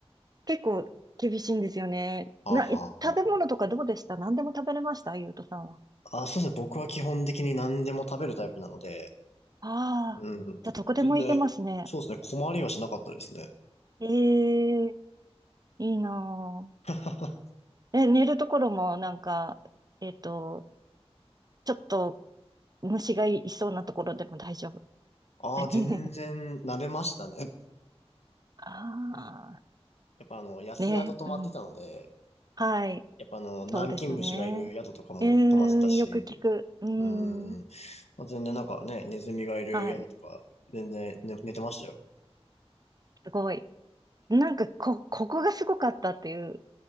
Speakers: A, on the right; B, on the left.
A: 結構厳しいんですよね。
B: はあ、
A: な、
B: はあ、
A: え食べ物とかどうでした何でも食べれましたゆうとさんは。
B: はあはあ。あ、そうですね。僕は基本的に何でも食べるタイプなので、
A: ああ、
B: うん。
A: じゃあどこでも行けますね。
B: 全然、そうですね。困りはしなかったですね。
A: ええいいな
B: <laughs>
A: ぁ。え、寝るところもなんか、えっと、ちょっと虫がいそうなところでも大丈夫。
B: ああ、
A: <laughs>
B: 全然慣れましたね。
A: ああ、
B: やっぱあの、
A: <laughs>
B: 安宿泊まってたので、
A: ね、うん。はい。
B: やっぱあの、南京虫がいる宿とかも泊まってたし、
A: そうですよね。うーん、よく聞く。うー
B: うん。
A: ん、
B: まあ、全然なんかね、ネズミがいる宿とか、
A: はい、
B: 全然、ね、寝てましたよ。
A: すごい。なんか、こ、ここがすごかったっていう、